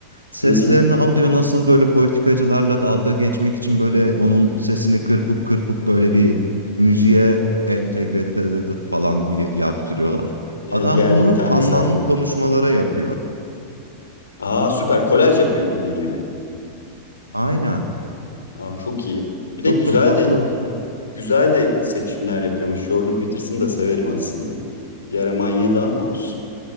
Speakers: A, on the right; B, on the left.
A: seslerini
B: Hı hı.
A: alıyor. Nasıl böyle politikacılarla dalga geçmek için böyle onun sesini kırpıp kırpıp böyle bir müziğe entegre edip edip falan y- yaptırıyorlar.
B: Evet,
A: Adam
B: geldi
A: bunu
B: bir tanesi
A: anlamlı
B: aklıma.
A: konuşmalara yapıyor.
B: Aa süper, kolaj yapıyor bildiğin yani.
A: Aynen.
B: Abi çok iyi. Bir
A: Çok
B: de güzel
A: da tatlı.
B: de güzel de seçimler yapıyormuş. Jordan Peterson'ı da severim aslında. Bir ara manyadı ama olsun.